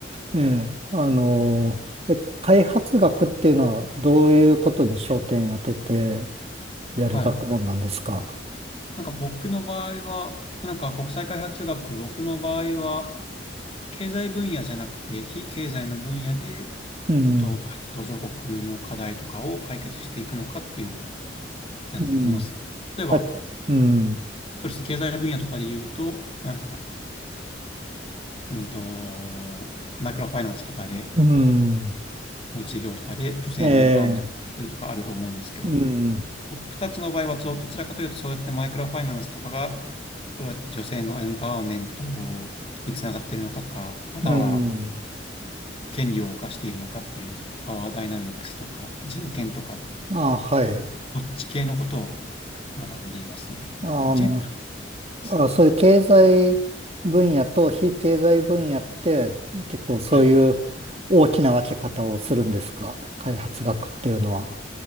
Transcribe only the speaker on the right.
ええ、あの、え開発学っていうのはどういうことに焦点当ててやる学問なんですか
うん、
うん、
あ、うん、
うん、
ええ、うん、
うん。
あ、はい。
あの、
な
あ、そういう経済分野と非経済分野って結構そういう
大きな分け方をするんですか開発学っていうのは。